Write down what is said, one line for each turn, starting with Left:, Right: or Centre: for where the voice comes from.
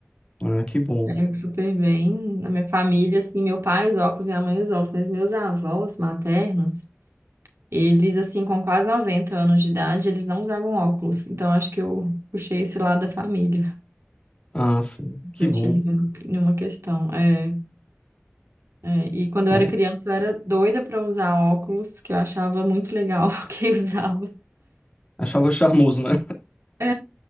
Left: Ah, que bom.
Right: É super bem. Na minha família, assim, meu pai os óculos, minha mãe os óculos, mas meus avós maternos, eles assim com quase 90 anos de idade, eles não usavam óculos. Então acho que eu puxei esse lado da família.
Left: Ah, sim, que
Right: nunca
Left: bom.
Right: tive nenhuma nenhuma questão. É, É, e quando eu
Left: É,
Right: era criança, eu era doida pra usar óculos, que eu achava muito legal <laughs> quem usava.
Left: achava charmoso, né?
Right: É,